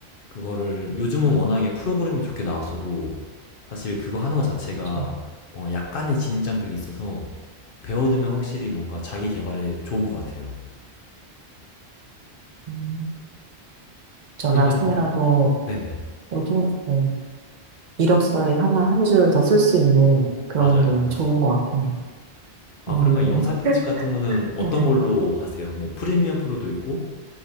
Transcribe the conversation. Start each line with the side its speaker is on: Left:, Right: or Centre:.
Left: 그거를 요즘은 워낙에 프로그램이 좋게 나왔어도 사실 그거 하는 것 자체가
Right: 그렇죠.
Left: 뭔가 약간의 진입장벽이 있어서 배워두면 확실히 뭔가 자기 개발에 좋은 것 같아요.
Right: 음. 저
Left: 그러면
Right: 나중에라도,
Left: 네네.
Right: 모두, 음, 이력서에 하나, 한 줄 더 쓸 수 있는 그런
Left: 맞아요.
Right: 게 좋은 것 같긴 해요.
Left: 아,
Right: 음,
Left: 그러면 영상 편집 같은 거는 어떤
Right: 맞아요.
Left: 걸로 하세요? 뭐 프리미어 프로도 있고